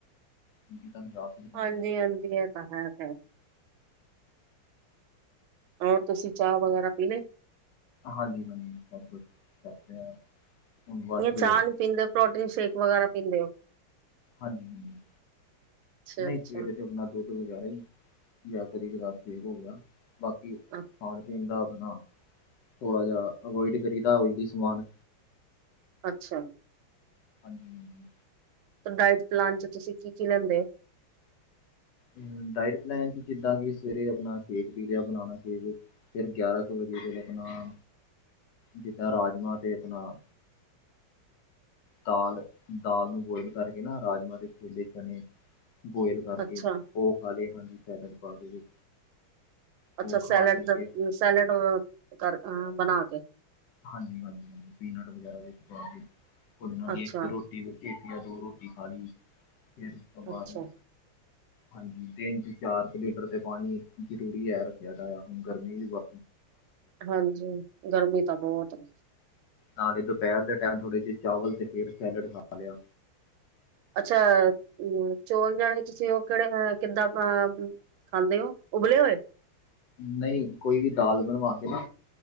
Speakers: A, on the left; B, on the right.
A: <unintelligible> ਸਕਦੇ
B: ਹਾਂਜੀ
A: ਆ
B: ਹਾਂਜੀ ਇਹ ਤਾਂ ਫਿਰ <unintelligible> ਹੋਰ ਤੁਸੀਂ ਚਾਹ ਵਗੈਰਾ ਪੀ ਲੀ
A: ਹਾਂਜੀ ਮੰਨੀ ਸਭ ਕੁਛੱਸ ਰਿਹਾ ਹੁਣ ਬਸ
B: ਜਾਂ
A: ਹਾਂਜੀ
B: ਚਾਹ ਨੀ ਪੀਂਦੇ ਪ੍ਰੋਟੀਨ ਸ਼ੇਕ ਵਗੈਰਾ ਪੀਂਦੇ ਓ
A: ਹਾਂਜੀ -ਹਾਂਜੀ
B: ਅੱਛਾ-ਅੱਛਾ।
A: ਨਹੀਂ ਸਵੇਰੇ ਤੇ ਆਪਣਾ ਦੁੱਧ ਵਗੈਰਾ ਈ ਜਾਂ ਕਦੀ ਕਦਾਰ <unintelligible> ਹੋ ਗਿਆ ਬਾਕੀ ਖਾਣ
B: ਅੱਛਾ
A: ਪੀਣ ਦਾ ਹਨਾ ਥੋੜਾ ਜਿਹਾ ਅਵੋਇਡ ਕਰੀ ਦਾ ਐਵੀ ਸਮਾਨ
B: ਅੱਛਾ ਜੀ
A: ਹਾਂਜੀ ਹਾਂਜੀ
B: ਤਾਂ ਡਾਇਟ ਪਲਾਨ 'ਚ ਤੁਸੀਂ ਕੀ ਕੀ ਲੈਂਦੇ ਓ
A: ਹੂੰ ਡਾਇਟ ਪਲੈਨ ਚ ਜਿੱਦਾਂ ਕਿ ਸਵੇਰੇ ਆਪਣਾ ਸ਼ੇਕ ਪੀ ਲਿਆ ਬਨਾਨਾ ਸ਼ੇਕ ਫੇਰ ਗਿਆਰਾਂ ਕੁ ਆਪਣਾ ਜਿੱਦਾਂ ਰਾਜਮਾਂ ਤੇ ਆਪਣਾ ਦਾਲ ਦਾਲ ਨੂੰ ਬੋਇਲ ਕਰਕੇ ਨਾ ਰਾਜਮਾਂ ਛੋਲੇ ਚਣੇ ਬੋਇਲ ਕਰਕੇ
B: ਅੱਛਾ,
A: ਉਹ ਖਾ ਲਏ ਹਾਂਜੀ ਸੈਲਡ ਪਾ ਕੇ ਵਿੱਚ
B: ਅੱਛਾ
A: ਉਹ ਖਾ
B: ਸੈਲਡ
A: ਪੀ
B: ਦਾ
A: ਕੇ
B: ਸੈਲਡ ਕਰ ਬਣਾ ਕੇ
A: ਹਾਂਜੀ ਹਾਂਜੀ ਹਾਂਜੀ ਪੀਨਟ ਵਗੈਰਾ ਕੇ ਉਹਦੇ ਨਾਲ
B: ਅੱਛਾ।
A: ਹੀ ਇੱਕ ਰੋਟੀ ਇਕ ਜਾਂ ਦੋ ਰੋਟੀ ਖਾ ਲੀ, ਫਿਰ ਉਸ ਤੋਂ ਬਾਅਦ
B: ਅੱਛਾ
A: ਹਾਂਜੀ। ਦਿਨ ਚ ਚਾਰ ਕੁ ਲੀਟਰ ਤੇ ਪਾਣੀ ਜ਼ਰੂਰੀ ਐ ਰੱਖਿਆ ਹੈਗਾ। ਹੁਣ ਗਰਮੀ ਵੀ ਵ
B: ਹਾਂਜੀ। ਗਰਮੀ ਤਾਂ ਬਹੁਤ ਐ।
A: ਨਾਲੇ ਦੁਪਹਿਰ ਦੇ ਟਾਈਮ ਥੋੜ੍ਹੇ ਜਿਹੇ ਚਾਵਲ ਤੇ ਫੀਡ ਸੈਲਡ ਖਾ ਰਿਹਾ।
B: ਅੱਛਾ। ਊ ਚੋਲ ਜਾਣੇ ਚ, ਉਹ ਕਿਹੜੇ ਅ ਕਿੱਦਾਂ ਪਾ ਖਾਂਦੇ ਓ ਉਬਲੇ ਹੋਏ?
A: ਨਹੀਂ ਕੋਈ ਵੀ ਦਾਲ ਬਣਵਾ ਕੇ ਨਾ।